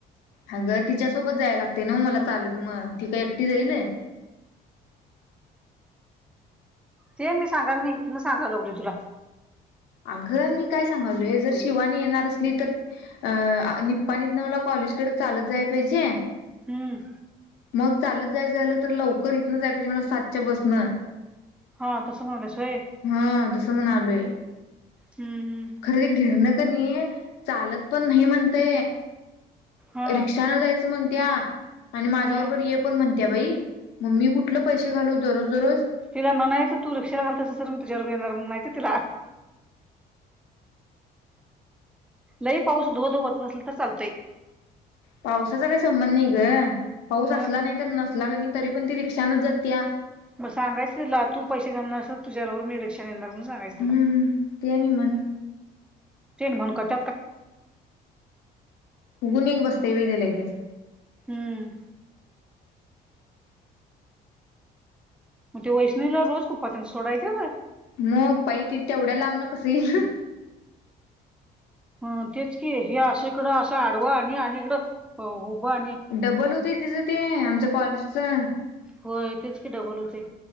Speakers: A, on the left; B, in the centre.
A: अगं तिच्यासोबत जायला लागते ना मला चालत मग ती काय एकटी जाईल
B: ते मी सांगाल नाहीत ना सांगावं लागली तुला
A: अगं मी काय सांगालोय जर शिवानी येणार असली तर अ निप्पा नित ना मला कॉलेज कडे चालत जाय पाहिजे
B: हम्म
A: मग चालत जायचं झालं तर लवकर इथनंचय पाहिजे मला सातच्या बसनं
B: हा तसं माणूस होय.
A: हा तसं म्हणालोय.
B: हम्म हम्म....
A: खरेदी घेरणं क नाही चालत पण नाही म्हणतय.
B: हा
A: रिक्षा न जायचं म्हणत्या आणि माझ्या
B: हा.
A: बरोबर ये पण म्हणत्या बाई म मी कुठले पैसे घालू दररोज दररोज.....
B: ति म्हणायच तू रिक्षा घालत असशील तर मी तुझ्याबरोबर येणार म्हणायचं तिला लय पाऊस धो धो वतत असल तर चालतय.
A: पावसाचा काही संबंध नाही ग पाऊस
B: मग
A: असला नाही तर नसला कनी नाही तरी पण ती रिक्षाानच जातीया.
B: मग सांगाच तिला तू पैसे घालणार असेल तुझ्यारोबर मी रिक्षा येणार म्हणून सांगायच तिला
A: हम्म ते आणि म्हण
B: तीन म्हणून <inaudible>
A: फुगून एक बसतय व्हय तेे लगेच
B: हम्म मग ते वैष्णवीला रोज पप्पा तेन सोडायला येत्यात.
A: मग पायी ती तेवढ्या लांब न कसं येईल?
B: ह तेच की हे अस इकडं असं आडवा आणि आणि इकडं उभं आणि
A: डब्बल होते तिचं ते आमच्या कॉलेजचं
B: हो य तेच की डबल होतय.